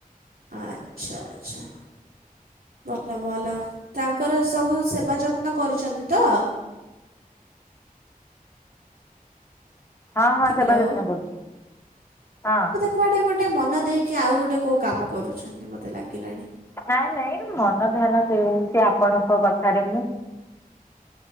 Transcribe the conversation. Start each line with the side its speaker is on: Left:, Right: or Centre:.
Right: ଆଚ୍ଛା ଆଚ୍ଛା। ପ ଥା ଭଲ ତାଙ୍କର ସବୁ ସେବା ଯତ୍ନ କରୁଛନ୍ତି ତ?
Left: ହଁ ହଁ ସେବା
Right: ହ୍ୟାଲୋ
Left: ଯତ୍ନ କରୁଚି ହଁ।
Right: କୁଆଡେ ଗୋଟେ ମନ ଦେଇକି ଆଉ ଗୋଟେ କୋଉ କାମ କରୁଛନ୍ତି ମତେ ଲାଗିଲାଣି।
Left: ନାଇଁ ନାଇଁ ମନ ଧ୍ୟାନ ଦେଉଚି ଆପଣଙ୍କ କଥାରେ ମୁଁ।